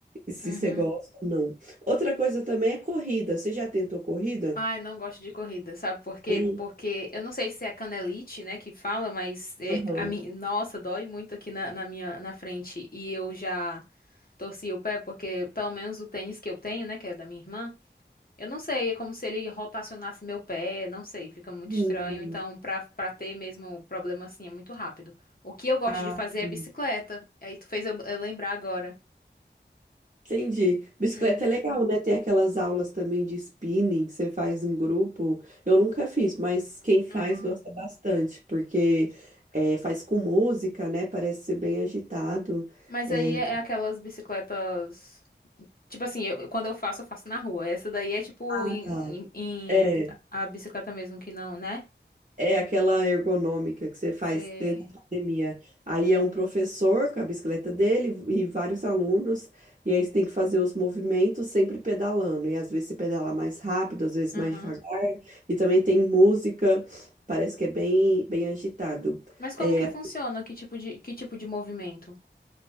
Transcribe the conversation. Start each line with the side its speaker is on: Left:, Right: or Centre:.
Right: se
Left: Uhum.
Right: você gosta ou não. Outra coisa também é corrida. Você já tentou corrida?
Left: Ai, não gosto de corrida, sabe por quê?
Right: Sim.
Left: Porque eu não sei se é canelite, né, que fala, mas é,
Right: Aham.
Left: a mim, nossa, dói muito aqui na, na minha na frente e eu já torci o pé porque pelo menos o tênis que eu tenho, né, que é da minha irmã, eu não sei, é como se ele rotacionasse meu pé, não sei, fica muito
Right: Hum.
Left: estranho. Então, pra para ter mesmo problema assim é muito rápido. O que eu gosto
Right: Ah,
Left: de fazer é
Right: sim.
Left: bicicleta. Aí tu fez eu eu lembrar agora.
Right: Entendi. Bicicleta
Left: Uhum,
Right: é legal, né? Tem aquelas aulas também de spinning, que você faz em grupo. Eu nunca fiz, mas quem faz
Left: aham.
Right: gosta bastante, porque é, faz com música, né? Parece ser bem agitado.
Left: Mas
Right: É,
Left: aí é é aquelas bicicletas. Tipo assim, eu, quando eu faço, eu faço na rua. Essa daí é tipo
Right: Ah,
Left: em,
Right: tá.
Left: em-
Right: é,
Left: em a bicicleta mesmo que não, né?
Right: é aquela ergonômica que você faz
Left: Você.
Right: dentro da academia. Aí é um professor com a bicicleta dele e vários alunos, e aí você tem que fazer os movimentos sempre pedalando. E às vezes você pedala mais rápido, às vezes
Left: Aham.
Right: mais devagar. E também tem música, parece que é bem, bem agitado.
Left: Mas como
Right: É,
Left: que funciona? Que tipo de, que tipo de movimento?